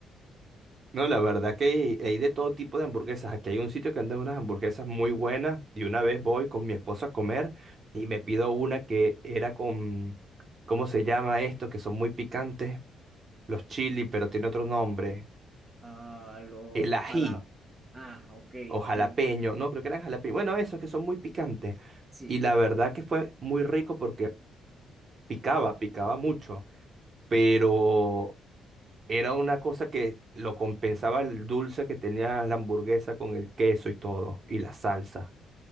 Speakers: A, on the right; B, on the right.
A: No, la verdad que hay de todo tipo de hamburguesas. Aquí hay un sitio que anda unas hamburguesas muy buenas. Y una vez voy con mi esposa a comer y me pido una que era con, ¿cómo se llama esto? Que son muy picantes. Los chili, pero tiene otro nombre.
B: a los
A: El ají.
B: jalados. Ah, ok, el
A: o jalapeño,
B: ají.
A: no, creo que eran jalapeño. Bueno, esos que son muy picantes.
B: Sí,
A: Y la verdad que fue muy rico porque picaba, picaba mucho, pero era una cosa que lo compensaba el dulce que tenía la hamburguesa con el queso y todo, y la salsa.